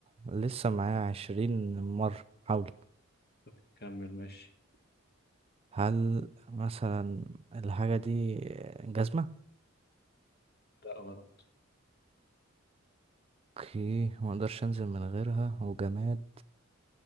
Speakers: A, on the right; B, on the left.
A: لسه معايا عشرين مرة حاول
B: طب كمل ماشي
A: هل مثلا الحاجة دي جزمة؟
B: لا غلط
A: اوكي مقدرش انزل من غيرها وجماد